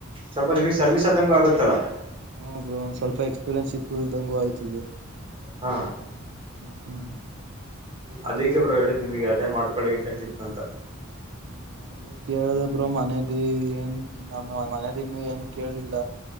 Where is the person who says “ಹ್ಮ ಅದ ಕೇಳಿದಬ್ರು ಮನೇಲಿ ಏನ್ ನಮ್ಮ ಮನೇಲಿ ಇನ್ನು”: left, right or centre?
Right